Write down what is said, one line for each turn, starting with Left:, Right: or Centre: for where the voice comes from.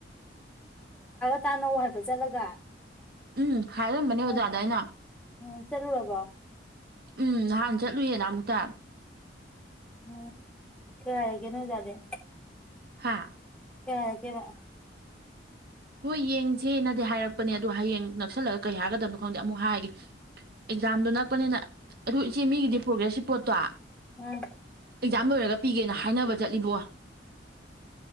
Centre: ꯇꯥꯅꯧ ꯍꯥꯏꯕ ꯆꯠꯂꯒ
Right: ꯎꯝ ꯍꯥꯏꯔꯝꯕꯅꯦ
Centre: ꯎꯝ
Right: ꯑꯣꯖꯥꯗ ꯑꯩꯅ
Centre: ꯎꯝ ꯆꯠꯂꯨꯔꯕꯣ
Right: ꯎꯝ ꯅꯍꯥꯟ ꯆꯠꯂꯨꯌꯦꯅ ꯑꯃꯨꯛꯇ
Centre: ꯎꯝ ꯀꯌꯥ ꯏꯒꯦ ꯅꫭꯏ ꯑꯗꯥꯏꯗꯩ
Right: ꯍꯥ
Centre: ꯀꯌꯥ ꯏꯒꯦꯕ
Right: ꯍꯣꯏ ꯌꯦꯡꯁꯦꯅꯗꯤ ꯍꯥꯏꯔꯛꯄꯅꯦ ꯑꯗꯨ ꯍꯌꯦꯡ ꯅꯛꯁꯜꯂꯒ ꯀꯩ ꯍꯥꯏꯒꯗꯕꯅꯣ ꯈꯪꯗꯦ ꯑꯃꯨꯛ ꯍꯥꯏꯔꯒꯦ ꯑꯦꯛꯖꯥꯝꯗꯣ ꯅꯛꯄꯅꯤꯅ ꯑꯗꯨ ꯏꯆꯦ ꯃꯤꯒꯤꯗꯤ ꯄ꯭ꯔꯣꯒ꯭ꯔꯦꯁ ꯄꯣꯠꯇꯣ
Centre: ꯎꯝ
Right: ꯑꯦꯛꯖꯥꯝ ꯂꯣꯏꯔꯒ ꯄꯤꯒꯦꯅ ꯍꯥꯏꯅꯕ ꯆꯠꯂꯤꯕꯣ